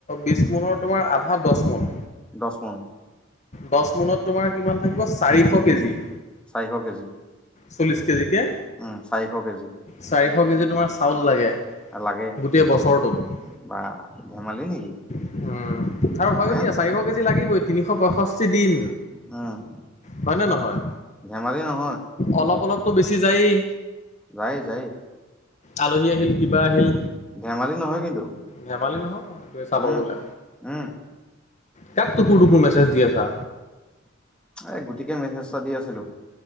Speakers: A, on the left; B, in the centre.
A: বিছ মোনৰ তোমাৰ আধা দছ মোন।
B: দছ মুন।
A: দছ মুনত তোমাৰ কিমান থাকিব চাৰিশ কেজি।
B: চাৰিশ কেজি।
A: চল্লিছ কেজি কে।
B: উম চাৰিশ কেজি
A: চাৰিশ কেজি তোমাৰ চাউল লাগে
B: লাগে
A: গোটেই বছৰটোত।
B: বা ধেমালি নেকি।
A: উম, আৰু হয়ো
B: হে
A: দিয়া চাৰিশ কেজি লাগিবই তিনিশ পয়ষষ্ঠি দিন।
B: উম।
A: হয়নে নহয়?
B: ধেমালি নহয়।
A: অলপ অলপতো বেছি যায়েই।
B: যায় যায়।
A: আলহী আহিল কিবা আহিল।
B: ধেমালি নহয় কিন্তু।
A: ধেমালি নহয় এইটো চাব
B: উম
A: গলে,
B: উম
A: কাক টুকুৰ টুকুৰ মেছেজ দি আছা?
B: এই গোট গুতিকে মেছেজটা দি আছিলো,